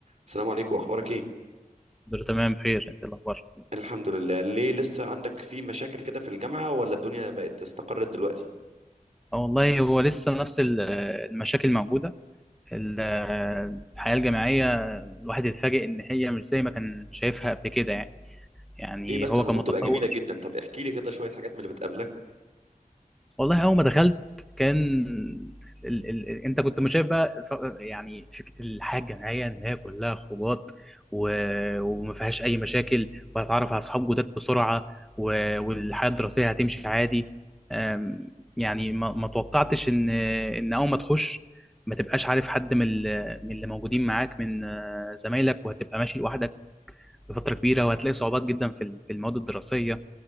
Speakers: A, on the right; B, in the centre.
A: السلام عليكم اخبارك ايه
B: دول تمام بخير انت إيه الاخبار
A: الحمد لله ليه لسه عندك في مشاكل كده في الجامعة ولا الدنيا بقت استقرت دلوقتي
B: اه والله هو لسه نفس ال- المشاكل موجوده ال- الحياه الجامعيه الواحد يتفاجئ ان هي مش زي ما كان شايفها قبل كده يعني يعني
A: ليه بس
B: هو
A: المفروض
B: كان متصور
A: تبقى جميلة جدا طب احكي لي كده شوية حاجات من اللي بتقابلك
B: والله اول ما دخلت كان ال... ال... ال... انت كنت مش شايف بقى ف- يعني فكره الحياه الجامعيه ان هي كلها خروجات و... وما فيهاش اي مشاكل وهتعرف على اصحاب جداد بسرعه و... والحياه الدراسيه هتمشي عادي أم، يعني ما, ما توقعتش ان ان اول ما تخش ما تبقاش عارف حد من ال- من اللي موجودين معاك من آه، زمايلك وهتبقى ماشي لوحدك لفتره كبيره وهتلاقي صعوبات جدا في ال- في المواد الدراسيه